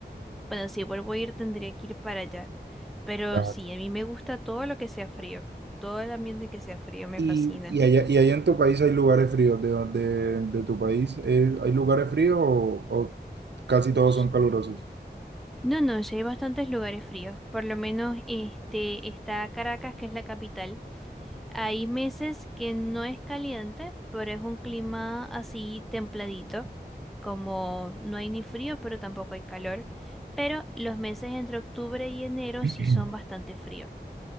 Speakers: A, in the centre; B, on the right.
A: bueno, si vuelvo a ir tendría que ir para allá. Pero
B: Claro.
A: sí, a mí me gusta todo lo que sea frío. Todo el ambiente que sea frío me
B: Y,
A: fascina.
B: y allá, y allá en tu país hay lugares fríos, de, donde- de, de tu país, eh, ¿hay lugares fríos o, o casi todos
A: Sh-
B: son calurosos?
A: No, no, sí hay bastantes lugares fríos. Por lo menos este está Caracas, que es la capital. Hay meses que no es caliente, pero es un clima así templadito. como no hay ni frío, pero tampoco hay calor. Pero los meses entre octubre y enero
B: <clears throat>
A: sí son bastante fríos,